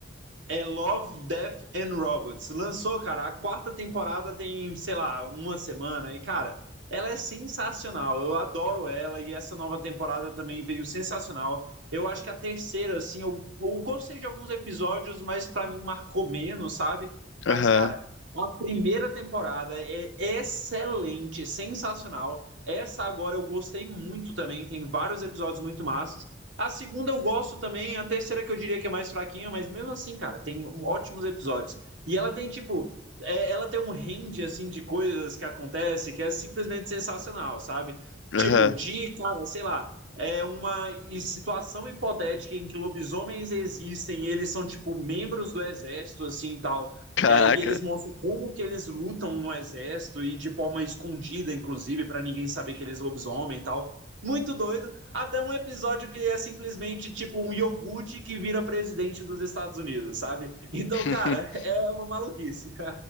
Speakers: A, on the right; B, on the left.
A: é Love, Death and Robots. Lançou, cara, a quarta temporada tem, sei lá, uma semana. E, cara, ela é sensacional. Eu adoro ela e essa nova temporada também veio sensacional. Eu acho que a terceira, assim, eu, eu gostei de alguns episódios, mas pra mim marcou menos, sabe? Mas,
B: Aham,
A: cara, a primeira temporada é excelente, sensacional. Essa agora eu gostei muito também, tem vários episódios muito massas. A segunda eu gosto também, a terceira que eu diria que é mais fraquinha, mas mesmo assim, cara, tem um- ótimos episódios. E ela tem, tipo, é- ela tem um range, assim, de coisas que acontece que é simplesmente sensacional, sabe?
B: aham.
A: Tipo, de, cara, sei lá, é uma i- situação hipotética em que lobisomens existem, e eles são, tipo, membros do exército, assim, e tal.
B: Caraca.
A: É, e eles mostram como que eles lutam no exército e de forma escondida, inclusive, pra ninguém saber que eles lobisomem e tal muito doido, até um episódio que é simplesmente tipo um iogurte que vira presidente dos Estados Unidos, sabe? Então,
B: <laughs>
A: cara, <laughs> é uma maluquice.